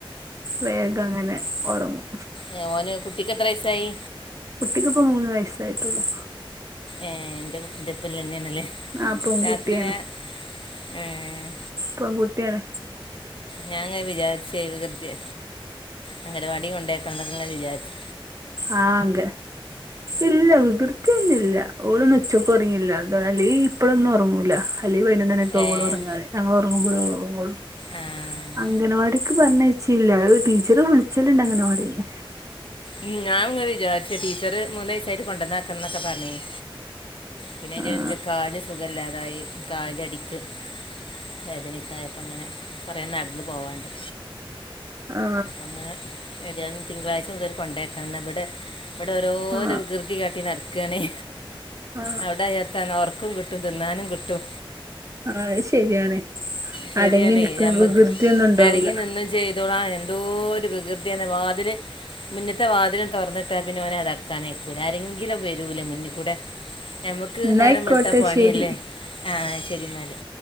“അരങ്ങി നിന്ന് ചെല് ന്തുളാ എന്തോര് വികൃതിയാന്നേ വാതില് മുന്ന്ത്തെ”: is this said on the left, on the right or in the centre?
Left